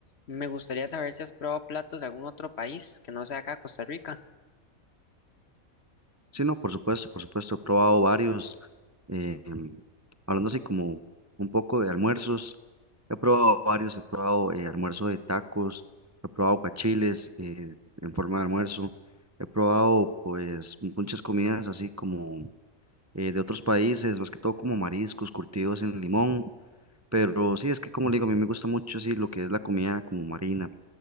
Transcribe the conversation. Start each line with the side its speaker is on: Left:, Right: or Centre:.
Left: me gustaría saber si has probado platos de algún otro país que no sea acá Costa Rica.
Right: Sí, no, por supuesto, por supuesto, he probado varios, eh, em, hablando así como un poco de almuerzos, he probado varios, he probado eh, almuerzo de tacos, he probado guachiles eh, en forma de almuerzo, he probado pues muchas comidas así como eh, de otros países, más que todo como mariscos curtidos en limón, pero sí, es que como le digo, a mí me gusta mucho así lo que es la comida como marina,